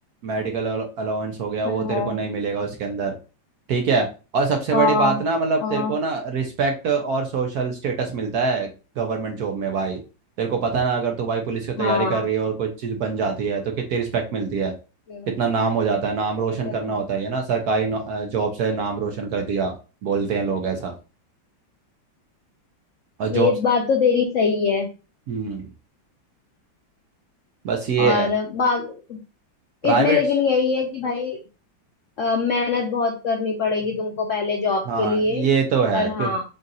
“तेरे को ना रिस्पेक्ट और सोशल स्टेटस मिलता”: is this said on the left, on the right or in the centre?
Right